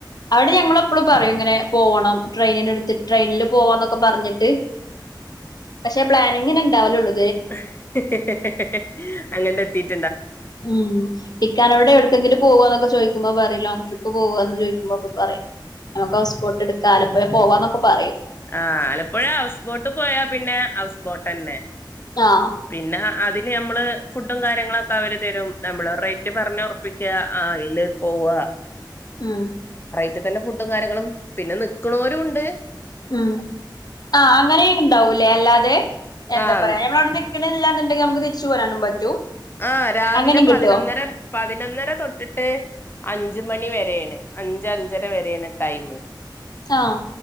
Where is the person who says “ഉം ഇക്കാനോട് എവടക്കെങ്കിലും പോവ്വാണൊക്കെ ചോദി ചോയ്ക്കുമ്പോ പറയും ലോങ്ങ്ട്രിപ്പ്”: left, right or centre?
Left